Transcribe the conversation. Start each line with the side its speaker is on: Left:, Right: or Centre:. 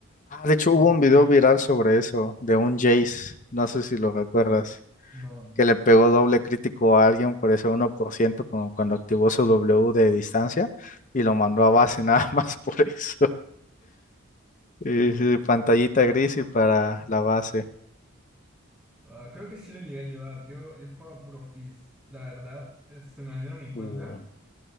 Left: Ah, de
Centre: <laughs>
Left: hecho hubo
Centre: Porque
Left: un video
Centre: ahí-
Left: viral sobre eso, de un Jace, no sé si lo recuerdas,
Centre: No, no.
Left: que le pegó doble crítico a alguien por ese 1% como cuando activó su W de distancia y lo mandó a base nada <laughs> más por eso. Y,
Centre: nada
Left: sí, pantallita gris y para la base.
Centre: Ah, creo que sí lo llegué a llevar. Yo, yo jugaba puro Fizz. La verdad, este, me vendieron mi cuenta.
Left: Uh.